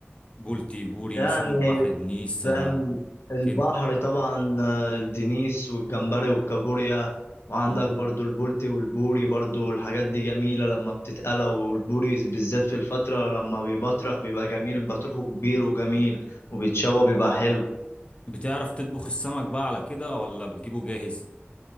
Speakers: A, on the left; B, on the left.
A: بولتي بوري
B: يعني
A: سمك بحر دنيس
B: كان
A: آه،
B: البحر
A: كده
B: طبعا آه، الدنيس والجمبري والكابوريا وعندك
A: امم
B: برضو البولتي والبوري برضو الحاجات دي جميلة لما بتتقلى والبوري بالذات في الفترة لما بيبطرخ بيبقى جميل بطرخه كبير وجميل وبيتشوى بيبقى حلو
A: بتعرف تطبخ السمك بقى على كده ولا بتجيبه جاهز